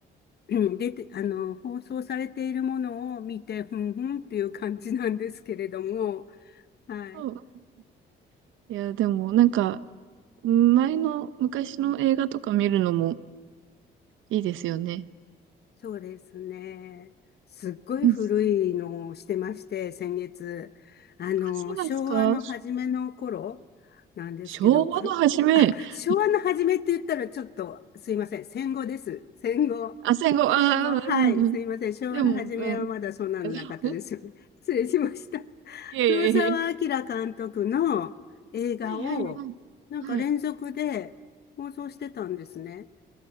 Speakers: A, on the left; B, on the right.
A: うん出て、あの、放送されているものを見て、ふんふんっていう感じなんですけれども、はい。
B: そう。いや、でもなんか、前の昔の映画とか見るのもいいですよね。
A: そうですね。すっごい古いのをしてまして、
B: うん
A: 先月。あの、
B: あ、そうなんですか
A: 昭和の初めの頃なんですけど、
B: 昭和の初め、
A: くる、あ、
B: <laughs>
A: 昭和の初めって言ったらちょっと、すいません。戦後です。戦後。
B: あ、戦後、ああ、
A: 戦後。
B: うんうんうん。
A: はい。すいません。昭和の初めはまだそんなのなかったですよね。
B: でも、うん。<laughs>
A: 失礼しました。
B: いやいやいや
A: 黒澤明監督の映画を、
B: はいはいはい。
A: なんか連続で放送してたんですね。
B: はい。